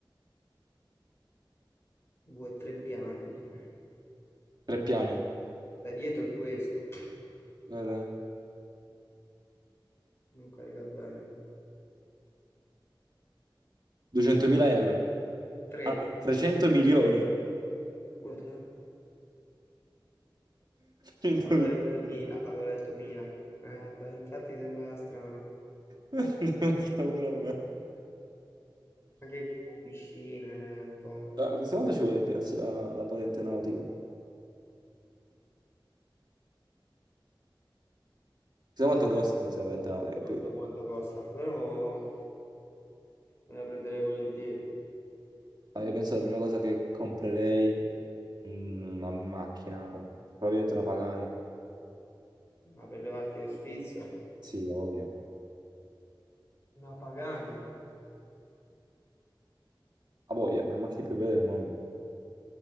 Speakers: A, on the left (about 30°); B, on the right (about 55°).
A: Due, tre piani, cioè.
B: tre piani.
A: Da dietro è questo,
B: Guarda,
A: non carica bene.
B: 200.000 euro.
A: Tre,
B: Ah, 300 milioni.
A: What the-
B: 100.000
A: Avevo letto
B: euro.
A: Mila, avevo letto Mila. Eh, vabbè, infatti sembrava strano.
B: <laughs> Diventa pure a me.
A: Anche che la piscina è un po'...
B: Ma Questa volta ci vuole piarsi la, la patente nautica. Sai quanto costa
A: eh,
B: la patente nautica?
A: non
B: Più?
A: so quanto costa, però me la prenderei volentieri.
B: Ah, io penso la prima cosa che comprerei mm, una macchina, probabilmente una Pagani.
A: Ma per levarti lo sfizio,
B: Sì, ho voglia.
A: una Pagani?
B: Ha voglia, è la macchina più bella del mondo.